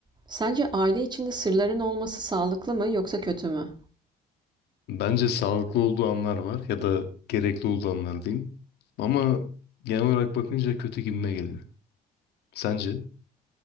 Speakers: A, on the right; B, on the left.
A: Sence aile içinde sırların olması sağlıklı mı yoksa kötü mü?
B: Bence sağlıklı olduğu anlar var ya da gerekli olduğu anlar diyeyim. Ama genel olarak bakınca kötü gibime geliyor. Sence?